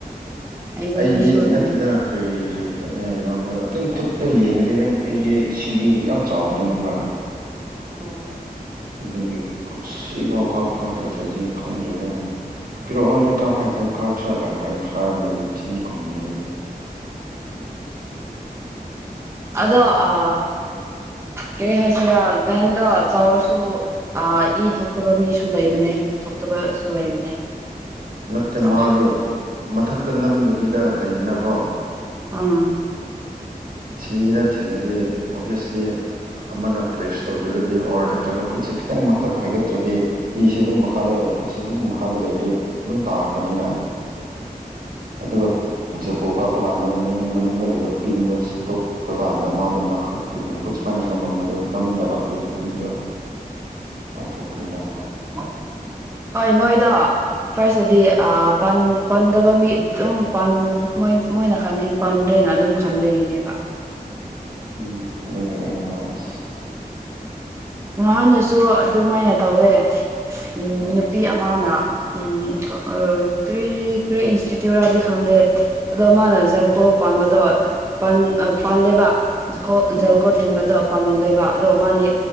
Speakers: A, on the right; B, on the right.
A: ꯍꯩꯕ
B: ꯑꯩꯗꯤ
A: ꯃꯤꯁꯨ ꯂꯩ
B: ꯅꯠꯇꯦꯗ ꯀꯔꯤ ꯍꯩꯇꯅꯤꯉꯥꯏ ꯌꯥꯎꯕ꯭ꯔꯥ ꯑꯗꯨꯝ ꯈꯨꯠꯇ ꯌꯦꯡꯉꯗꯤ ꯑꯗꯨꯝ ꯑꯩꯗꯤ ꯁꯤꯡꯂꯤꯗꯨ ꯌꯥꯝ ꯆꯥꯎꯕꯅꯦꯕ ꯈꯪꯕ꯭ꯔꯥ
A: ꯑꯣ
B: ꯑꯗꯨꯒꯤ ꯁꯤꯐꯥꯎ ꯀꯥꯞꯄ ꯍꯩꯇ꯭ꯔꯗꯤ ꯈꯪꯗ꯭ꯔ‌ꯦꯗ‌ꯑꯅ ꯄꯤꯔꯛꯑꯣ ꯅꯣꯏ ꯀꯥꯞꯄ ꯍꯩꯇꯔ꯭ꯗꯤ ꯀꯥꯞꯁꯤꯔꯒ ꯍꯥꯏꯌꯦ ꯍꯥꯏꯕꯅꯤ ꯑꯩꯗꯤ ꯆꯤꯟ ꯈꯨꯝꯕꯅꯦ ꯑꯩꯗꯤ
A: ꯑꯗꯣ ꯑ ꯀꯔꯤ ꯍꯥꯏꯁꯤꯔꯥ ꯚꯦꯟꯗꯣ ꯆꯥꯎꯔꯁꯨ ꯑ ꯏ ꯊꯣꯛꯇꯕ ꯃꯤꯁꯨ ꯂꯩꯕꯅꯦ ꯊꯣꯛꯇꯕꯁꯨ ꯂꯩꯕꯅꯦ
B: ꯅꯠꯇꯦ
A: ꯎꯝ
B: ꯃꯥꯅꯦ ꯃꯊꯛꯇ ꯅꯝꯗꯕꯤꯗ ꯂꯩꯗꯅꯀꯣ
A: ꯑꯥ
B: ꯁꯤꯡꯂꯤꯗ ꯊꯤꯜꯂꯗꯤ ꯑꯣꯕꯤꯌꯁꯂꯤ ꯑꯃꯅ ꯄ꯭ꯔꯦꯁ ꯇꯧꯗ꯭ꯔꯒꯗꯤ ꯑꯣꯔ ꯅꯠꯇ꯭ꯔꯒ ꯈꯨꯠꯁꯦ ꯈꯤꯇꯪ ꯃꯊꯛ ꯍꯥꯏꯒꯠꯇ꯭ꯔꯗꯤ ꯏꯁꯤ ꯑꯗꯨꯝ ꯃꯈꯥꯗ ꯈꯨꯠꯁꯦ ꯁꯨꯝ ꯃꯈꯥꯗ ꯂꯩꯔꯗꯤ ꯑꯗꯨꯝ ꯇꯥꯈ꯭ꯔꯅꯤꯅ ꯑꯗꯨꯒ ꯖꯦꯀꯣꯞ ꯀꯥꯞꯄ ꯀꯥꯟꯗ ꯃꯅꯤꯡ ꯃꯅꯨꯡꯗ ꯂꯩꯕ ꯄꯤꯟꯗꯣ ꯁꯠ ꯇꯣꯛꯄ ꯀꯥꯟꯗ ꯃꯥꯗ ꯃꯈꯛꯀꯤ ꯈꯨꯠ ꯁꯨꯃꯥꯏꯅ ꯅꯝꯃꯝꯕꯗꯣ ꯅꯝꯗꯕ ꯑꯗꯨꯒꯤ ꯏꯗ‌ꯣ ꯄꯥꯏꯊꯣꯛꯄꯅꯤꯗ
A: ꯑꯣ ꯑꯣ ꯍꯣꯏ ꯃꯣꯏꯗꯣ ꯐꯥꯔꯁꯇꯗꯤ ꯑꯥ ꯄꯟ ꯄꯟꯗꯕ ꯃꯤ ꯑꯗꯨꯝ ꯄꯪ ꯃ‌ꯣꯏ ꯃꯣꯏꯅ ꯍꯥꯏꯕꯗꯤ ꯄꯟꯗ꯭ꯔꯦꯅ ꯑꯗꯨꯝ ꯈꯟꯕꯒꯤꯅꯦꯕ
B: ꯎꯝ ꯑꯗꯨꯒꯤ ꯑꯩꯅꯀꯣ ꯑꯁ
A: ꯉꯍꯥꯟꯗꯁꯨ ꯑꯗꯨꯃꯥꯏꯅ ꯇꯧꯋꯦ ꯎ
B: ꯎꯝ
A: ꯅꯨꯄꯤ ꯑꯃꯅ ꯎꯝ ꯀꯔꯤ ꯀꯔꯤ ꯏꯟꯁꯇꯤꯇ꯭ꯌꯨꯠ ꯔꯗꯤ ꯈꯪꯗꯦ ꯑꯗꯣ ꯃꯥꯅ ꯖ‌ꯦꯀꯣ ꯄꯥꯟꯕꯗꯣ ꯄꯟ ꯑ ꯄꯜꯂꯦꯕ ꯖꯀ‌ꯣꯞ
B: ꯎꯝ
A: ꯖꯜꯒ‌ꯣꯠ ꯊꯤꯟꯕꯗꯣ ꯄꯜꯂꯦꯕ ꯑꯗꯣ ꯃꯥꯗꯤ